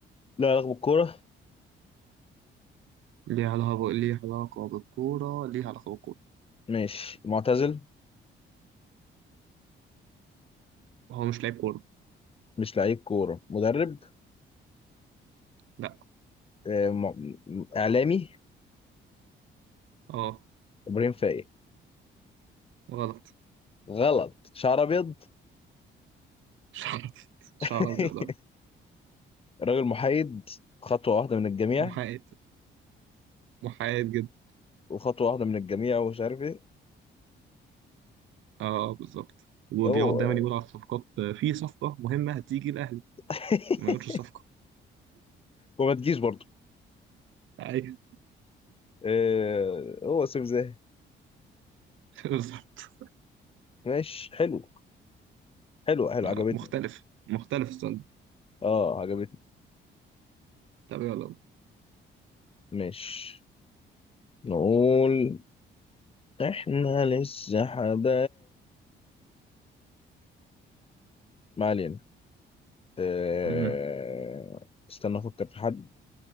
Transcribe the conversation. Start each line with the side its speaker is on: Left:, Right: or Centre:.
Left: لا علاقه بالكوره
Right: ليها علاقة ب... ليها علاقة بالكورة ليها علاقة بالكورة
Left: ماشي معتزل
Right: هو مش لاعب كورة
Left: مش لعيب كوره مدرب
Right: لا
Left: أه م... م- اعلامي
Right: اه
Left: ابراهيم فايق
Right: غلط
Left: غلط شعر ابيض
Right: <laughs> شعر أبيض. شعر
Left: <laughs>
Right: ابيض آه.
Left: راجل محايد خطوه واحده من الجميع
Right: محايد محايد جدا
Left: وخطوه واحده من الجميع ومش عارف ايه
Right: اه بالظبط وبيقعد
Left: هو
Right: دايما يقول على الصفقات آه، في صفقة مهمة هتيجي الأهلي
Left: <laughs>
Right: ما يقولش الصفقة
Left: وما تجيش برضو
Right: ايوه
Left: إيه هو سيف زاهي
Right: <laughs> بالظبط
Left: ماشي حلو حلو حلو
Right: آه،
Left: عجبتني
Right: مختلف مختلف السؤال ده
Left: اه عجبتني
Right: طب يلا
Left: ماشي نقول احنا لسه حبايب ما علينا إيه
Right: مم.
Left: استنى افكر في حد